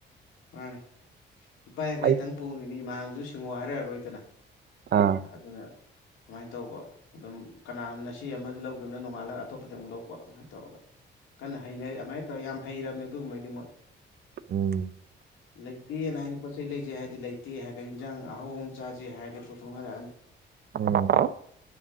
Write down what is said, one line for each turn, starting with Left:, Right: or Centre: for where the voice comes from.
Left: ꯃꯥꯅꯦ ꯏꯄꯥꯅ ꯈꯇꯪ
Right: ꯑꯩ
Left: ꯄꯨꯅꯤꯅꯦ ꯏꯃꯥꯅꯁꯨ ꯁꯤꯡꯉꯣ ꯍꯥꯏꯔꯛꯑꯔꯣꯏꯗꯅ
Right: ꯑꯥ
Left: ꯑꯗꯨꯅ ꯁꯃꯥꯏꯅ ꯇꯧꯕ ꯑꯗꯨꯝ ꯀꯅꯥꯅ ꯁꯤ ꯑꯃꯗ ꯂꯧꯈꯤꯕꯅꯣ ꯅꯣꯡꯉꯥꯜꯂꯒ ꯑꯇꯣꯞꯄꯗ ꯑꯃꯨꯛ ꯂꯧꯕ ꯑꯗꯨꯃꯥꯏꯅ ꯇꯧꯔꯒ ꯀꯟꯅ ꯍꯩꯅꯩ ꯑꯗꯨꯃꯥꯏꯅ ꯇꯧꯔꯒ ꯌꯥꯝ ꯍꯩꯔꯕꯅꯤ ꯑꯗꯨꯒꯨꯝꯕꯗꯤ ꯃꯣꯏ
Right: ꯎꯝ
Left: ꯂꯩꯇꯦꯅ ꯍꯥꯏꯗꯤ ꯄꯣꯠꯆ ꯆꯩ ꯂꯩꯖꯩ ꯍꯥꯏꯔꯗꯤ ꯂꯩꯇꯦ ꯍꯥꯏꯔꯒꯅꯤ ꯏꯟꯖꯥꯡ ꯑꯍꯥꯎ ꯑꯃ ꯆꯥꯥꯁꯦ ꯍꯥꯏꯔꯗꯤ ꯄꯨꯣꯠꯊꯣꯛꯅꯔꯛꯑꯅꯤ
Right: ꯑꯗꯃꯅ꯭ꯔꯣ